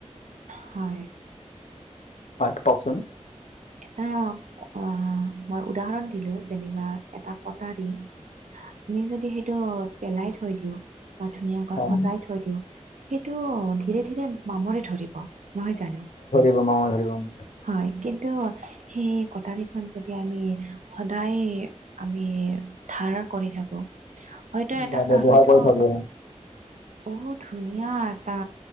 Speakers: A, on the right (about 85°); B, on the left (about 80°).
A: হয়।
B: হয়, কওক চোন? <unintelligible>
A: এটা অঁ মই উদাহৰণ দিলোঁ যেনিবা এটা কটাৰী <inaudible> আমি যদি সেইটো পেলাই থৈ দিওঁ বা ধুনীয়াকৈ
B: হয়
A: সজাই থৈ দিওঁ <unintelligible> সেইটো ধীৰে-ধীৰে মামৰে ধৰিব নহয় জানো? <inaudible>
B: মামৰে ধৰিব <inaudible>
A: হয়, কিন্তু সেই কটাৰীখন যদি আমি সদায় <inaudible> আমি ধাৰ কৰি থাকো হয়তো এটা
B: বা ব্যৱহাৰ
A: হয়তো
B: কৰি
A: <unintelligible>
B: থাকো
A: বহুত ধুনীয়া এটা